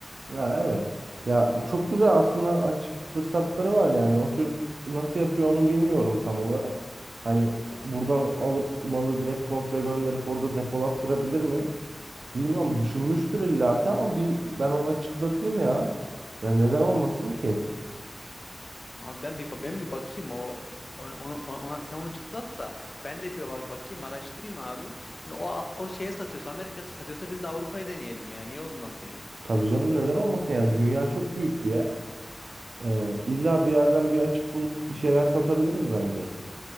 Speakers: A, on the right (about 75°); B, on the left (about 50°).
A: Ha, evet. Ya çok güzel aslında açık fırsatları var yani. O çocuk nasıl yapıyor onu bilmiyorum tam olarak. Hani buradan alıp malı direkt komple gönderip orada depolattırabilir mi? Bilmiyorum düşünmüştür illaki ama bir ben ona çıtlatayım ya. Ya neden olmasın ki?
B: Ama ben bir ben bir bakayım o onu, onu- ona- sen onu çıtlat da ben de bir bak, bakayım araştırayım abi. Yani o o şeye satıyorsa Amerika satıyorsa biz de Avrupa'yı deneyelim ya. Niye olmasın ya?
A: Tabii canım neden olmasın yani dünya çok büyük bir yer. Ee, illa bir yerden bir açık bulup bir şeyler satabiliriz bence.